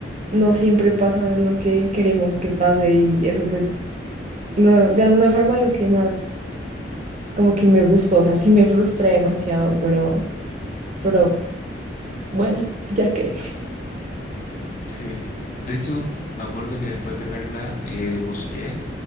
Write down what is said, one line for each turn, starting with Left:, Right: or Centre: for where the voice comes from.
Right: no siempre pasa lo que queremos que pase y eso fue lo- de alguna forma lo que más como que me gustó, o sea, sí me frustré demasiado, pero, pero bueno, <laughs> ya que
Left: Sí, de hecho me acuerdo que después de verla eh, busqué